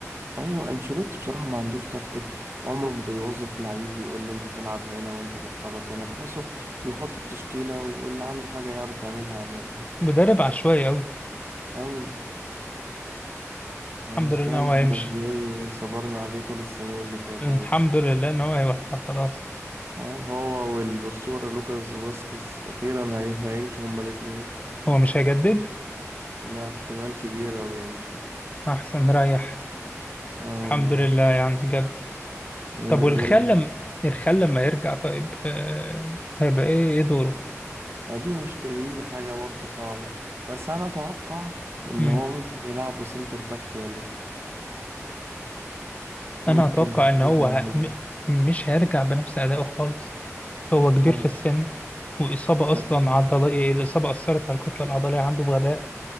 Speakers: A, on the right (about 55°); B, on the left (about 25°).
A: أيوة أنشيلوتي بصراحة ما عندوش تكتيك عمره ما بيوظف لعيب ويقول له أنت تلعب هنا وأنت تتحرك هنا بحسه بيحط التشكيلة واللي عنده حاجة يعرف يعملها يعملها
B: مدرب عشوائي قوي
A: أوي يعني
B: الحمد
A: مش
B: لله
A: فاهم
B: ان هو
A: احنا
B: هيمشي
A: ازاي صبرنا عليه طول السنين اللي فاتوا
B: الحمد
A: دي
B: لله ان هو هيوقع خلاص
A: اه هو والأسطورة لوكاس فاسكيز أخيرا هي... هيمشوا هما الاتنين
B: هو مش هيجدد
A: لا احتمال كبير أوي يمشي
B: احسن ريح
A: اه
B: الحمد
A: والله
B: لله يعني بجد
A: ير-
B: طب والخال
A: يرجع
B: لما الخال لما يرجع طيب آه... هيبقى ايه ايه دوره
A: آه، دي مشكلة دي حاجة برضه صعبة بس أنا أتوقع إن
B: مم.
A: هو ممكن يلعبه سنتر باك تالت ممكن
B: انا اتوقع
A: يحاول
B: ان هو
A: يعملها
B: ه- م... مش هيرجع بنفس ادائه خالص هو كبير
A: أيوة
B: في السن واصابه
A: لا
B: اصلا عضليه الاصابه اثرت على الكتله العضليه عنده بغباء